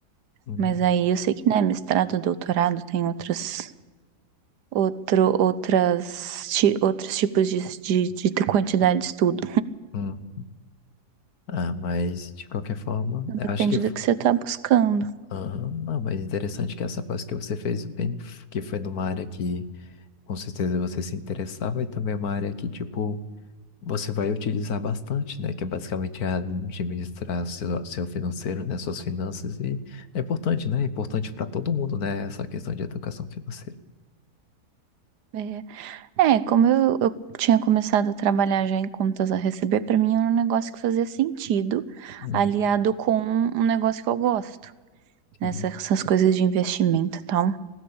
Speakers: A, on the left; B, on the right.
A: Hum,
B: Mas aí eu sei que, né, mestrado, doutorado tem outras, outro, outras, ti- outros tipos de, de, de quantidade de estudo.
A: hum. Ah, mas, de qualquer forma,
B: Então,
A: eu
B: depende
A: acho que... fo-
B: do que você está buscando.
A: Aham, Não, mas interessante que essa pós que você fez, bem, que foi numa área que... Com certeza você se interessava e também é uma área que, tipo, você vai utilizar bastante, né? Que é basicamente administrar seu, seu financeiro, né? Suas finanças. E é importante, né? É importante para todo mundo, né? Essa questão de educação financeira.
B: É. É, como eu, eu tinha começado a trabalhar já em contas a receber, pra mim era um negócio que fazia sentido,
A: Hum,
B: aliado com um negócio que eu gosto,
A: sim.
B: né? Essas essas coisas de investimento e tal.